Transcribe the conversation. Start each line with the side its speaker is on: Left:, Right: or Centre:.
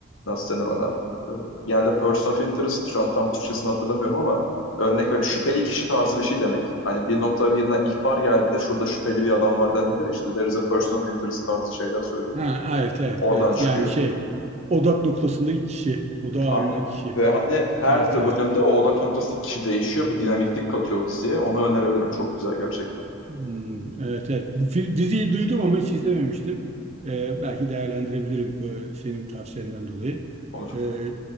Left: nasıl denir ona? E, yani de person of interest şu an tam Türkçesini hatırlamıyorum ama örnek verip şüpheli kişi tarzı bir şey demek. Hani bir nokta birine ihbar geldiğinde şurada şüpheli bir adam var dendiğinde işte there is a person of interest tarzı şeyler söylüyorlar.
Right: Ha, evet, evet,
Left: Oradan
Right: evet.
Left: çıkıyor.
Right: Yani şey, odak noktasındaki kişi, odağa
Left: Aynen.
Right: alınan kişi.
Left: Ve hani her
Right: Evet,
Left: bölümde
Right: evet.
Left: o odak noktası kişi değişiyor. Bir dinamiklik katıyor o diziye. Onu önerebilirim. Çok güzel gerçekten.
Right: Hmm, evet, evet. Fi- Diziyi duydum ama hiç izlememiştim. Ee, belki değerlendirebilirim bu senin tavsiyenden dolayı.
Left: Olur.
Right: Ee,